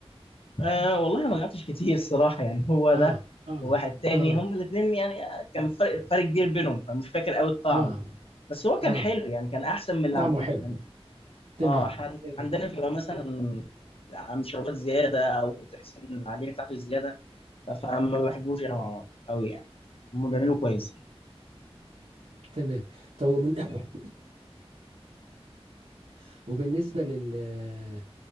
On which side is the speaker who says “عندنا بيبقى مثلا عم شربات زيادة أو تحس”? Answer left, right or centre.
Left